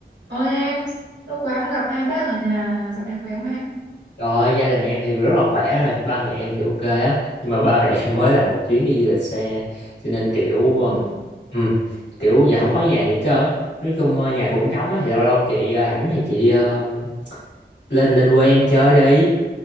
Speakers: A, on the right (about 80°); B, on the left (about 80°).
A: Ôi em, lâu quá không gặp hai bác ở nhà, dạo này khỏe không em?
B: Rồi, gia đình em thì rất là khỏe rồi, ba mẹ em thì ok á, nhưng mà ba mẹ em mới làm một chuyến đi du lịch xe, cho nên kiểu
A: Ừ.
B: um, ừ, kiểu giờ không có nhà gì hết trơn á. Nói chung ờ, nhà cũng trống á, thì lâu lâu chị ờ, rảnh thì chị ờ, lên lên quê em chơi đi.